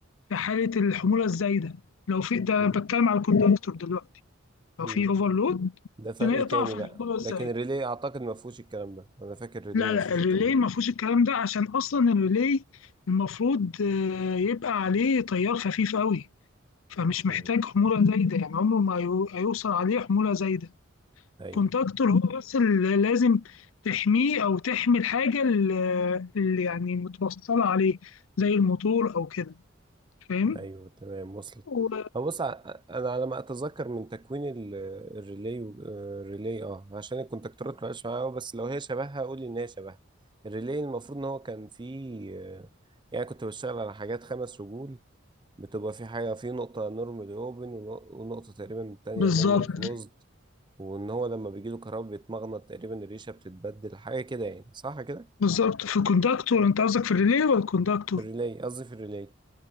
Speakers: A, on the left; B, on the right.
A: في حالة الحمولة الزايدة لو في ده
B: مم.
A: بتكلم على الكوندكتور دلوقتي لو
B: مم.
A: في اوفرلود
B: ده فرق
A: ممكن يقطع
B: تاني
A: في
B: بقى
A: الحمولة الزايدة
B: لكن الريلي اعتقد ما فيهوش الكلام ده انا فاكر الريلي
A: لا
B: ما
A: لا
B: فيهوش
A: الريلي
B: الكلام ده
A: ما فيهوش الكلام ده عشان اصلا الريلي المفروض آه، يبقى عليه تيار خفيف قوي فمش
B: مم.
A: محتاج حمولة زايدة يعني عمره ما هيو- هيوصل عليه حمولة زايدة
B: ايوه
A: كونتاكتور هو بس اللي لازم تحميه أو تحمي الحاجة اللي اللي يعني متوصلة عليه زي الموتور أو كده فاهم؟
B: ايوه تمام وصلت
A: و...
B: هو بص ع- انا على ما اتذكر من تكوين ال- الريلي و- آه، الريلي اه عشان الكونتاكتورات ما بقاش معايا أوي، بس لو هي شبهها قول لي ان هي شبهها الريلي المفروض ان هو كان فيه آه، يعني كنت بشتغل على حاجات خمس رجول بتبقى في حاجه في نقطه نورمالي اوبن ونقطه تقريبا تانية
A: بالظبط
B: نورمالي كلوزد وان هو لما بيجي له كهرباء بيتمغنط تقريبا الريشه بتتبدل حاجه كده يعني صح كده
A: بالظبط في الكونتاكتور أنت قصدك في الريلي ولا الكونتاكتور؟
B: في الريلي قصدي في الريلي